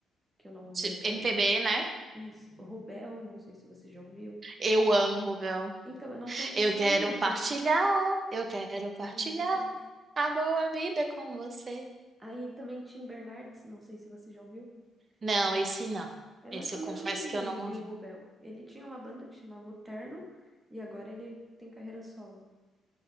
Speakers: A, on the right; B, on the right.
A: que eu não ouvia
B: Tipo,
A: tanto.
B: MPB, né?
A: Isso. Rubel, não sei se você já ouviu.
B: Eu amo, Rubel.
A: Então, eu não conhecia
B: Eu quero
A: muito.
B: partilhar, eu quero partilhar
A: Isso.
B: a boa vida com você.
A: Aí também Tim Bernardes, não sei se você já ouviu.
B: Não, esse não.
A: É
B: Esse
A: nessa
B: eu
A: mesma
B: confesso
A: linha
B: que eu não
A: aí de
B: ouvi.
A: Rubel. Ele tinha uma banda que chamava O Terno e agora ele tem carreira solo.